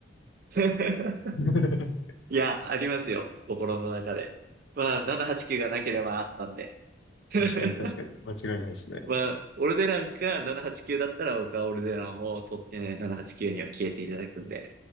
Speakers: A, on the right; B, on the left.
A: <laughs>
B: <laughs> 確
A: いや、ありますよ。心の中で。まあ、789がなければあったんで。<laughs>
B: かに確かに。間違いないですね。
A: まあ、オルデランか789だったら僕はオルデランを取ってね、えー789には消えていただくんで。